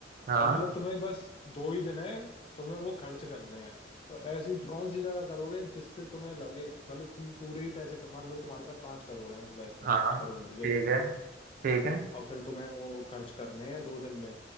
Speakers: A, on the right; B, on the left.
A: हाँ
B: और मतलब तुम्हें बस दो ही दिन है तुम्हें वो खर्च करने हैं तो ऐसी कौन सी जगह करोगे जिससे तुम्हें लगे मतलब तुम पूरे ही पैसे कर मान लो तुम्हारे पास पांच करोड़ है उस बैंक में
A: अच्छा,
B: पांच
A: हाँ
B: करोड़ मिल गए
A: ठीक
B: तुम्हें
A: है ठीक है
B: और फिर तुम्हें वो खर्च करने हैं दो दिन में